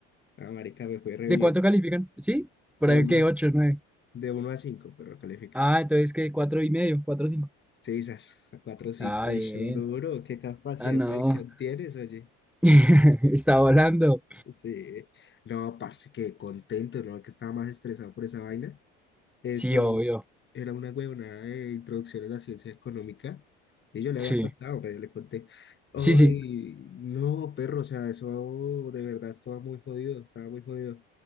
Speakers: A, on the left; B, in the centre.
A: La marica me fue re
B: ¿De
A: bien.
B: cuánto califican? ¿Sí? Por
A: De
B: ahí
A: 1
B: que
A: a,
B: 8 nueve
A: de uno a 5, pero califica.
B: Ah, entonces que 4 y medio, 4 cinco
A: Sí, esas cuatro, cinco,
B: Ah,
A: uy,
B: bien.
A: son duro, qué capacidad
B: Ah, no.
A: de predicción tienes, oye.
B: <laughs> Está volando.
A: Sí, no, parce, qué contento, no, que estaba más estresado por esa vaina. Eso
B: Sí, obvio.
A: era una huevonada de introducción a la ciencia económica. Y yo le
B: Sí.
A: había contado, pero yo le conté, ay,
B: Sí, sí.
A: no, perro, o sea, eso de verdad estaba muy jodido, estaba muy jodido.